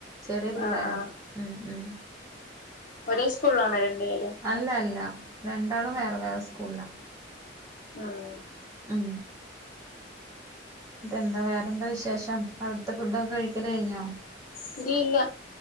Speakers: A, on the right; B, on the left.
A: ചെറിയ പിള്ളേരാ
B: ആ ആ
A: ഉം ഉം
B: ഒരേ സ്കൂൾല് ആണോ രണ്ടു പേരും
A: അല്ല അല്ല രണ്ടാളും വേറെ വേറെ സ്കൂൾലാ
B: ആഹ്
A: ഉം തെന്താ വേറെന്താ വിശേഷം അവിട്ത്തെ ഫുഡൊക്കെ കഴിക്കല് കഴിഞ്ഞോ
B: <unintelligible> ല്ല